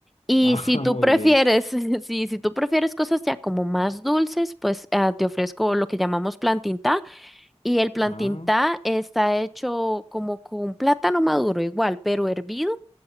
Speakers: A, in the centre; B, on the left.
A: Y
B: Ah,
A: si tú
B: <laughs> muy
A: prefieres,
B: bien.
A: <laughs> si, si tú prefieres cosas ya como más dulces, pues ah, te ofrezco lo que llamamos plantita Y el plantintá
B: Ah,
A: está hecho como con plátano maduro igual, pero hervido,